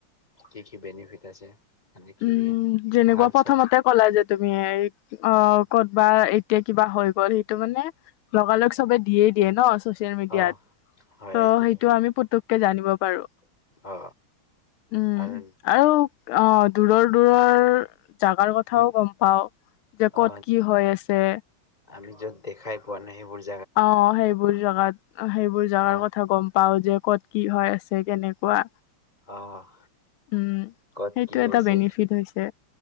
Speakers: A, on the left; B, on the left.
A: কি- কি বেনিফিট আছে? মানে কি
B: উম,
A: কি
B: যেনেকুৱা
A: ভাল
B: প্ৰথমতে
A: চাই
B: ক'লে যে তুমি অ' ক'তবা এতিয়া কিবা হৈ গ'ল সেইটো মানে লগালগ চবে দিয়ে দিয়ে ন। চ'চিয়েল মিডিয়াত
A: অ হয়
B: ত'
A: এইটোতো
B: সেইটো আমি পুতেককে জানিব পাৰো
A: অ
B: উম
A: আৰু
B: আৰু। অঁ। দূৰৰ- দূৰৰ জাগাৰ কথাও
A: অ
B: গম পাও যে
A: অ
B: ক'ত কি হৈ আছে।
A: আমি য'ত দেখাই পোৱা নাই সেইবোৰ।
B: অ' সেইবোৰ জেগাত। অ' সেইবোৰ জাগাৰ
A: অ
B: কথা গম পাও যে ক'ত কি হৈ আছে কেনেকুৱা?
A: আহ
B: উম,
A: কত
B: সেইটো
A: কি হৈছে,
B: এটা বেনিফিট হৈছে।